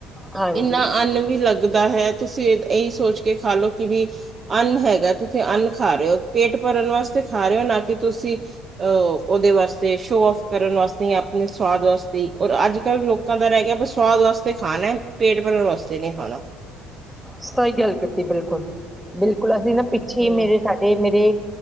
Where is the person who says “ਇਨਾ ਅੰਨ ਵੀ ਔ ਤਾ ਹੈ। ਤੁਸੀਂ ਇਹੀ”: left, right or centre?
Right